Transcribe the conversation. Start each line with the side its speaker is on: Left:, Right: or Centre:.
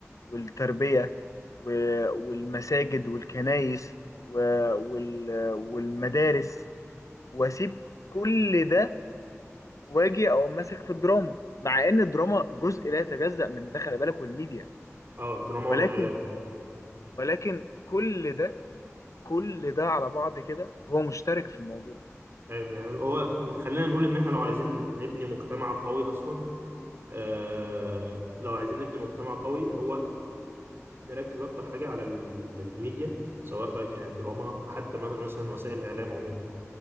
Left: والتربية و- والمساجد والكنائس و- وال- والمدارس واسيب كل ده واجي اقوم ماسك في الدراما مع ان الدراما جزء لا يتجزأ من ده خلي بالك والميديا
Right: اه الدراما
Left: ولكن
Right: والاعلام اه
Left: ولكن كل ده كل ده على بعض كده هو مشترك في الموضوع
Right: ايوه يعني هو خلينا نقول ان احنا لو عايزين نبني مجتمع قوي اصلا آه لو عايزين نبني مجتمع قوي هو نركز اكتر حاجة على ال- ال- الميديا سواء بقى كانت دراما حتى مثلا وسائل الاعلام عموما